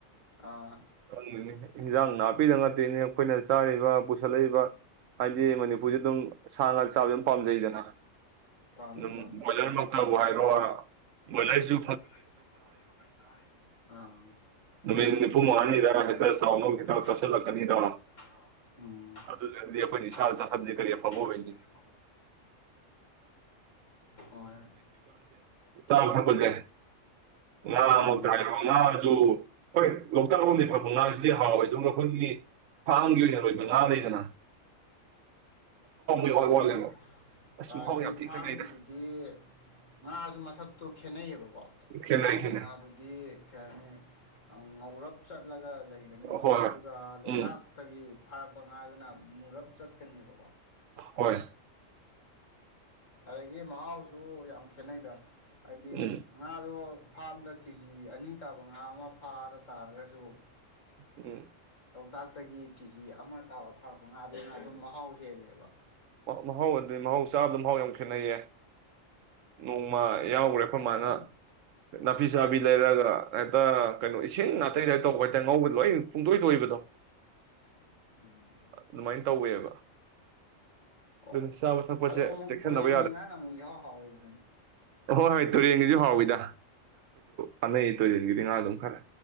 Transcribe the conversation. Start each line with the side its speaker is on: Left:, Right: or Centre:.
Left: ꯑꯥ
Right: <unintelligible> ꯑꯩꯈꯣꯏꯅꯥ ꯆꯥꯔꯤꯕꯥ ꯄꯨꯁꯜꯂꯛꯏꯕ ꯍꯥꯢꯗꯤ ꯃꯅꯤꯄꯨꯔꯁꯤ ꯑꯗꯨꯝ ꯁꯥ ꯉꯥ ꯆꯕꯁꯦ ꯑꯗꯨꯝ ꯄꯝꯖꯩꯗꯅ
Left: ꯄꯥꯝꯃꯦ
Right: ꯑꯗꯨꯝ
Left: ꯄꯥꯝꯃꯦ
Right: ꯕꯣꯏꯂꯔꯃꯛꯇꯕꯨ ꯍꯥꯏꯔꯣ ꯕꯣꯏꯂꯔꯁꯨ
Left: <unintelligible>
Right: ꯅꯨꯃꯤꯠ ꯅꯤꯐꯨ ꯃꯉꯥꯅꯤꯗ ꯍꯦꯛꯇ ꯆꯥꯎꯅꯕ ꯍꯤꯗꯥꯛ ꯆꯥꯁꯤꯜꯂꯛꯀꯅꯤꯗꯣ ꯑꯗꯨꯗꯨꯅꯗꯤ ꯑꯩꯈꯣꯏꯅ ꯏꯁꯥꯗ ꯆꯥꯁꯤꯟꯕꯁꯦ ꯀꯔꯤ ꯑꯐꯕ ꯑꯣꯏꯅꯤ
Left: ꯍꯣꯏ
Right: ꯆꯥꯕꯥ ꯊꯛꯄꯥꯁꯦ ꯉꯥꯃꯛꯇ
Left: ꯎꯝ
Right: ꯍꯥꯢꯔꯣ ꯉꯥꯁꯨ ꯍꯣꯏ ꯂꯣꯛꯇꯀꯂꯣꯝꯗꯩꯩ ꯄꯨꯔꯛꯄꯥ ꯉꯥꯁꯦꯗꯤ ꯍꯥꯎꯏ ꯑꯗꯨꯒꯥ ꯑꯩꯈꯣꯏꯒꯤ ꯐꯥꯔꯝꯒꯤ ꯑꯣꯏꯅꯥ ꯂꯣꯏꯕꯥ ꯉꯥ ꯂꯩꯗꯅ ꯏꯋꯥꯠ
Left: ꯈꯦꯠꯅꯩ
Right: ꯋꯥꯠꯂꯦꯕ ꯑꯁ
Left: ꯑꯥꯗꯤ
Right: ꯃꯍꯥꯎ ꯌꯥꯝ ꯊꯤ
Left: ꯐꯔꯥꯝꯒꯤꯗꯨꯗꯤ
Right: ꯈꯦꯠꯅꯩꯗ
Left: ꯗꯤ ꯉꯥꯁꯨ ꯃꯁꯛꯇꯣ ꯈꯦꯠꯅꯩꯕꯥ ꯀꫭ
Right: ꯈꯦꯠꯅꯩ
Left: ꯐꯥꯔꯝꯒꯤ
Right: ꯈꯦꯠꯅꯩ
Left: ꯉꯥꯗꯨꯗꯤ ꯀꯩꯍꯥꯏꯅꯤ ꯉꯧꯔꯞ ꯆꯠꯂꯒꯥ ꯂꯩꯒꯅꯤꯕꯥ
Right: ꯍꯣꯏ
Left: ꯑꯗꯨꯒꯥ
Right: ꯍꯣꯏ
Left: ꯂꯣꯛꯇꯥꯛꯇꯒꯤ
Right: ꯎꯝ
Left: ꯐꯥꯔꯛꯄ ꯉꯥꯗꯨꯅ ꯃꯨꯔꯞ ꯆꯠꯀꯅꯤꯕꯥ
Right: ꯍꯣꯢ
Left: ꯑꯗꯥꯒꯤ ꯃꯍꯥꯎꯁꯨ ꯌꯥꯝ ꯈꯦꯠꯅꯩꯗ ꯍꯥꯏꯗꯤ
Right: ꯎꯝ
Left: ꯉꯥꯗꫭ ꯐꯥꯔꯝꯗꯥ ꯀꯦꯒꯤ ꯑꯅꯤ ꯇꯥꯕꯥ ꯉꯥ ꯑꯃꯥ ꯐꯥꯔꯥ ꯇꯔꯒꯥꯁꯨ
Right: ꯎꯝ
Left: ꯂꯣꯛꯇꯥꯛꯇꯒꯤ ꯀꯦꯖꯤ ꯑꯃꯥ ꯇꯥꯕꯥ ꯐꯔꯛꯄꯥ ꯉꯥꯗꯨꯅꯥ ꯑꯗꯨꯝ ꯃꯍꯥꯎ ꯍꯦꯜꯂꯤꯕꯥ
Right: ꯃꯍꯥꯎ ꯋ꯭ꯗꯤ ꯃꯍꯥꯎ ꯆꯥꯕꯗ ꯃꯍꯥꯎ ꯌꯥꯝ ꯈꯦꯠꯅꯩ ꯅꯣꯡ ꯃꯥ ꯌꯥꯎꯒꯔꯦ ꯑꯩꯈꯣꯏ
Left: ꯑꯥ
Right: ꯃꯥꯅꯥ ꯅꯥꯄꯤ ꯆꯕꯤ ꯂꯩꯔꯛꯑꯒ ꯍꯦꯛꯇꯥ ꯀꯩꯅꯣ ꯏꯁꯤꯡ ꯉꯥꯛꯇꯩ ꯇꯥꯏꯄꯇꯥ ꯇꯧꯕꯥ ꯍꯥꯏ ꯇꯥꯔꯦ ꯉꯧꯕꯗꯥ ꯂꯣꯏ ꯄꯨꯡꯇꯣꯏ ꯇꯣꯏꯕꯗꯣ
Left: ꯎꯟ
Right: ꯑꯗꯨꯃꯥꯏꯅ ꯇꯧꯋꯦꯕ
Left: ꯍꯣꯌ
Right: ꯑꯗꯨꯅ ꯆꯥꯕ ꯊꯛꯄꯁꯦ
Left: ꯑꯗꯨ ꯑꯃꯨꯛ
Right: ꯆꯦꯛꯁꯤꯟꯅꯕ
Left: ꯇꯨꯔꯦꯟꯒꯤ ꯉꯟ ꯑꯃꯨꯛ ꯑꯦꯖꯥꯑꯣ ꯍꯥꯏ ꯍꯥꯌꯗꯨꯅꯤ
Right: ꯍꯣ ꯍꯣꯌ ꯇꯨꯔꯦꯪꯏꯁꯨ ꯍꯥꯏꯗ
Left: <inaudible>
Right: ꯐꯥꯅꯩ ꯇꯨꯔꯦꯜꯒꯤꯗꯤ ꯉꯥ ꯑꯗꯨꯝ ꯈꯔꯥ